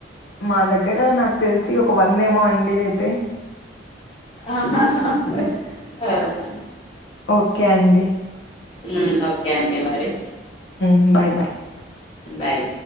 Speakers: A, on the left (about 80°); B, on the left (about 30°).
A: మా దగ్గర నాకు తెలిసి ఒక వంద ఏమో అండి అయితే
B: ఆహా అవునా
A: ఓకే అండి.
B: మ్ ఓకే అండి మరి
A: మ్ బాయ్ బాయ్
B: బాయ్